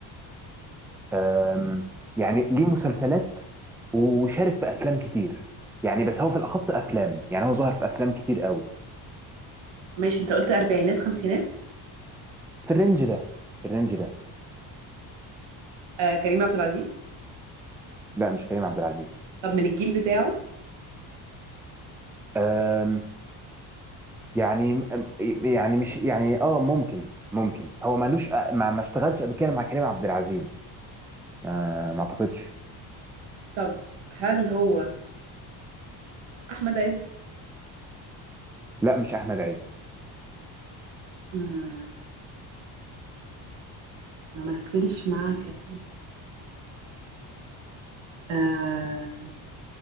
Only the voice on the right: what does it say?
ماشي انت قلت اربعينات خمسينات
آه كريم عبد العزيز
طب من الجيل بتاعه
طب هل هو احمد عز
مم، ما مثلش مع كريم آه...